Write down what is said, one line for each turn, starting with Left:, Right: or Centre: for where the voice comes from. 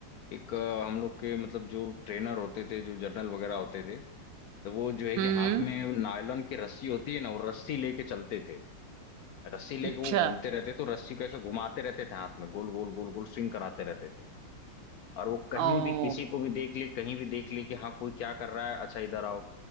Left: एक अ, हम लोग के मतलब जो ट्रेनर होते थे जो जर्नल वगैरह होते थे तो वो जो है
Right: हम्म
Left: कि हाथ में नायलॉन की रस्सी होती है ना वो रस्सी लेके चलते थे रस्सी लेके
Right: अच्छा
Left: वो घूमते रहते तो रस्सी को ऐसे घुमाते रहते थे हाथ में गोल गोल गोल गोल स्विंग कराते रहते थे और वो कहीं
Right: ओ
Left: भी किसी को भी देख ले कहीं भी देख ले कि हाँ कोई क्या कर रहा है अच्छा इधर आओ